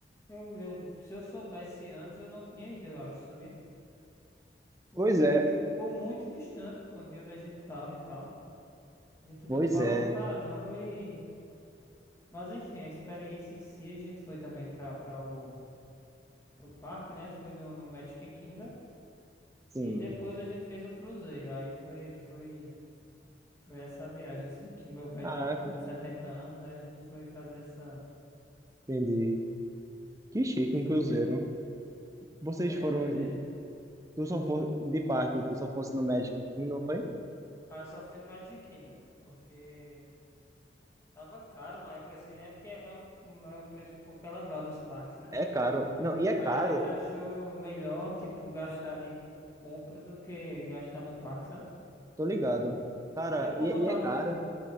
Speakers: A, on the left (about 15°); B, on the right (about 20°).
A: Eu, eu- se eu soubesse antes, eu não tinha ido, eu acho, sabia? Porque
B: Pois é,
A: ficou muito distante, pô, de onde a gente tava e tal. A gente
B: pois
A: andou pra
B: é,
A: um caramba e... Mas enfim, a experiência em si, a gente foi também pra, pra o, pro parque, né? Foi no, no Magic Kingdom.
B: sim.
A: E depois a gente fez um cruzeiro. Aí foi, foi, foi essa viagem, assim, que meu velho
B: Ah,
A: tava fazendo 70 anos, aí a gente foi fazer essa,
B: entendi. Que chique,
A: essa
B: um cruzeiro.
A: viagem.
B: Vocês
A: É,
B: foram,
A: doideira.
B: em- tu só for de parque, tu só fosse no Magic Kingdom, não foi?
A: Ah, eu só fui no Magic Kingdom, porque tava caro na época, assim, é porque é um, é um preço um pouco elevado os parques, né?
B: É caro. Não, e é
A: Aí
B: caro,
A: a gente achou melhor, tipo, gastar de compra do que gastar no parque, sabe?
B: tô ligado. Cara,
A: E eu, como
B: e,
A: eu tava
B: e é caro.
A: com,